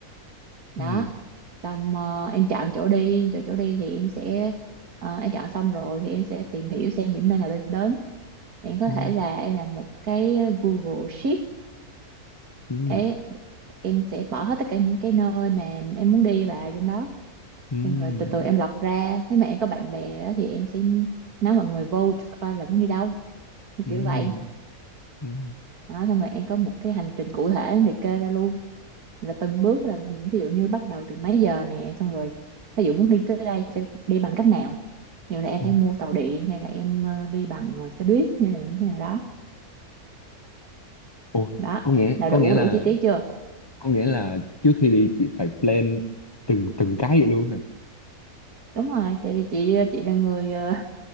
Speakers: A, on the right; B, on the left.
A: đó
B: ừ,
A: xong ờ, em chọn chỗ đi chỗ chỗ đi thì em sẽ ờ, em chọn xong rồi thì em sẽ tìm hiểu xem những nơi nào nên đến bạn có
B: ừ,
A: thể là em làm một cái ờ, Google Sheet
B: ừ,
A: Ê, em sẽ bỏ hết tất cả những cái nơi mà em muốn đi vào trong đó
B: ừ,
A: xong rồi từ từ em lọc ra nếu mà em có bạn bè á, thì em sẽ nói mọi người vote coi là muốn đi đâu như
B: ừ,
A: kiểu vậy
B: ừ,
A: đó xong rồi em có một cái hành trình cụ thể em liệt kê ra luôn là từng bước là ví dụ như bắt đầu từ mấy giờ nè xong rồi ví dụ muốn đi tới đây thì phải đi bằng cách nào nhiều là em
B: ừ.
A: phải mua tàu điện hay là em ờ, đi bằng ờ, xe buýt hay là như thế nào đó
B: Ủa,
A: đó
B: có nghĩa
A: là
B: có
A: đủ
B: nghĩa là
A: đủ chi tiết chưa
B: có nghĩa là trước khi đi chị phải plan từng từng cái vậy luôn hả?
A: đúng rồi tại vì chị chị là người ờ,